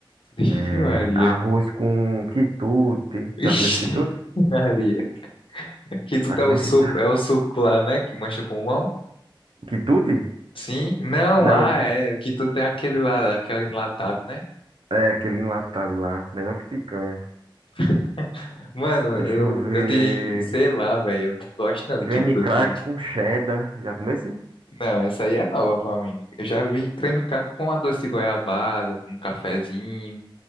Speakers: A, on the left; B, on the right.
A: Ixi,
B: É,
A: Maria.
B: arroz com quitute.
A: Ixi,
B: Já comeu esse quitute?
A: <laughs> Maria. Que tu
B: Já
A: tá
B: comeu
A: o
B: esse
A: suco,
B: quitute?
A: é
B: <laughs>
A: o suco lá, né? Que mancha pulmão.
B: Quitute?
A: Sim? Não,
B: Não,
A: ah,
B: que,
A: é. O que tu tem aquele lá, aquele enlatado, né?
B: é aquele enlatado lá. Melhor que picanha.
A: <laughs> Mano,
B: Deixa
A: eu,
B: eu ver.
A: eu tenho, sei lá, velho, eu não gosto não de quituto.
B: Creme crack com cheddar. Já comeu esse?
A: Não, essa aí é nova pra mim. Eu já vi creme ca- com a doce de goiabada, com um cafezinho,